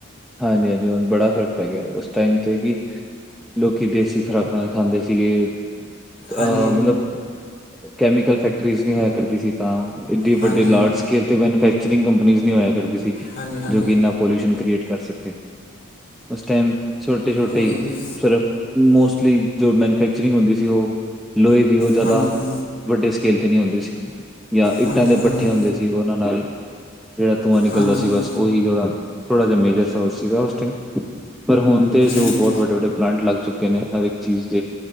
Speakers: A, in the centre; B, on the left.
A: ਹਾਂਜੀ-ਹਾਂਜੀ ਹੁਣ ਬੜਾ ਫ਼ਰਕ ਪੈ ਗਿਆ ਉਸ ਟਾਈਮ ਤੇ ਕਿ ਲੋਕੀ ਦੇਸੀ ਖੁਰਾਕ ਆਪ ਖਾਂਦੇ ਸੀਗੇ ਅਹ
B: ਹਾਂਜੀ
A: ਮਤਲਬ ਕੈਮੀਕਲ ਫੈਕਟਰੀਜ਼ ਨਹੀਂ ਹੋਇਆ ਕਰਦੀ ਸੀ ਤਾਂ ਇਡੇ
B: ਹਾਂਜੀ
A: ਵੱਡੇ ਲਾਰਡ ਲ ਤੇ ਮੈਨੂਫੈਕਚਰਿੰਗ ਕੰਪਨੀ ਨੀ ਹੋਇਆ ਕਰਦੀ ਸੀ
B: ਹਾਂਜੀ ਹਾਂਜੀ
A: ਜੋ ਕਿ ਇੰਨਾ ਪੋਲਿਊਸ਼ਨ ਕ੍ਰੀਏਟ ਕਰ ਸਕੇ ਉਸ ਟਾਈਮ ਛੋਟੇ-ਛੋਟੇ
B: ਉਹੀ ਤੇ
A: ਸਿਰਫ ਮੋਸਟਲੀ ਜੋ ਮੈਨੂਫੈਕਚਰਿੰਗ ਹੁੰਦੀ ਸੀ ਉਹ ਲੋਹੇ ਦੀ ਉਹ ਜ਼ਿਆਦਾ
B: ਹਾਂਜੀ
A: ਵੱਡੇ ਸਕੇਲ ਤੇ ਨਹੀਂ ਹੁੰਦੀ ਸੀ। ਜਾਂ ਇੱਟਾਂ
B: ਹਾਂਜੀ
A: ਦੇ
B: ਹਾਂਜੀ
A: ਪੱਠੇ ਹੁੰਦੇ ਸੀ ਉਹਨਾਂ ਨਾਲ ਜਿਹੜਾ ਧੂੰਆ ਨਿਕਲਦਾ
B: ਹਾਂਜੀ
A: ਸੀ ਬਸ ਉਹੀੜਾ ਥੋੜਾ ਜਿਹਾ ਮੇਜਰ ਸੋਰਸ ਸੀਗਾ ਉਸ ਟਾਇਮ ਪਰ ਹੁਣ ਤੇ
B: ਜੀ
A: ਜੋ ਬਹੁਤ ਵੱਡੇ-ਵੱਡੇ ਪਲਾਂਟ ਲੱਗ ਚੁੱਕੇ ਨੇ ਹਰ ਇੱਕ ਚੀਜ਼ ਦੇ